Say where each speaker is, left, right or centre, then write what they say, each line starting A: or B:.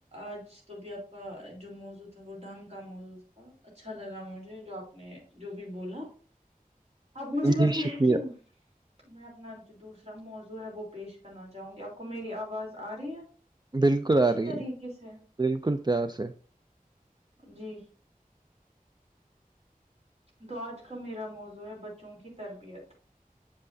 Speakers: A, on the right; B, on the right.
A: آج تو بھی آپ کا جو موضوں تھا وہ ڈھنگ کا موضوں تھا اچھا لگا مجھے جو آپ نے جو بھی بولا اب مجھے لگتے
B: جی شکریہ
A: ہے کہ میں اپنا جو دوسرا موضوع ہے وہ پیش کرنا چاہوں گی آپ کو میری آواز آ رہی ہے
B: بالکل
A: اچھی
B: آ رہی
A: طریقے
B: ہے
A: سے
B: بالکل پیار سے
A: جی تو آج کا میرا موضوع ہے بچوں کی تربیت